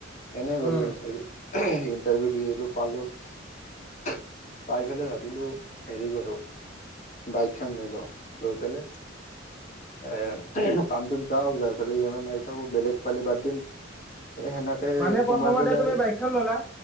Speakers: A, on the left; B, in the centre.
A: <inaudible> এনে গ'লো
B: উম
A: ইন্টাৰভিউ ইন ইন্টাৰভিউ দি আহিলো পালো পাই পেলাই ভাবিলো হেৰি কৰো বাইক খন লৈ ল লৈ পেলাই এ <unintelligible> যাও <unintelligible> পেলে ই এম আই মাৰি দিও চ বেলেগ পালি বাদ দিম এই সেনেকে
B: মানে
A: সোমাই
B: প্ৰথমতে
A: পেলাই
B: তুমি
A: আৰু
B: বাইকখন ললা